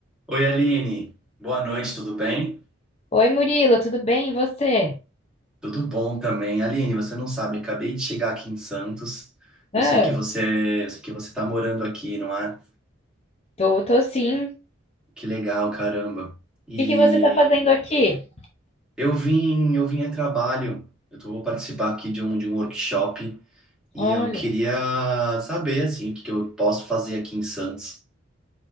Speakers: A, in the centre; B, on the left (about 30°).
A: Oi, Aline. Boa noite, tudo bem?
B: Oi, Murilo, tudo bem? E você?
A: Tudo bom também. Aline, você não sabe, eu acabei de chegar aqui em Santos. Eu
B: Ah,
A: sei que você, eu sei que você tá morando aqui, não é?
B: tô, tô sim. O
A: Que legal, caramba. E
B: que que você tá fazendo aqui?
A: eu vim, eu vim a trabalho. Eu tô, vou participar aqui de um, de um workshop e
B: Olha,
A: eu queria saber assim o que que eu posso fazer aqui em Santos.